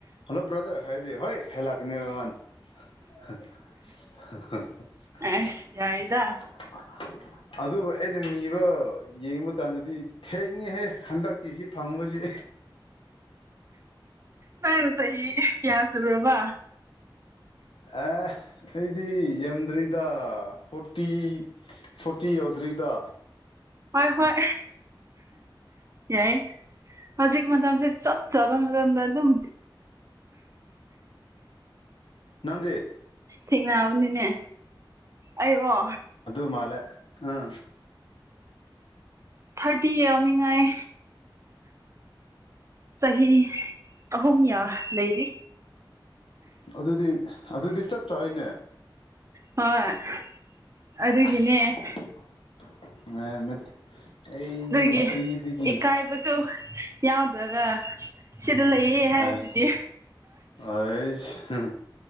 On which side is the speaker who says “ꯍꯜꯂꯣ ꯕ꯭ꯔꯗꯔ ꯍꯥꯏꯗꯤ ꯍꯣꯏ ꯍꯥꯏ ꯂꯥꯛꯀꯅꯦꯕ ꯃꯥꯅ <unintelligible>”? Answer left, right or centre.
Left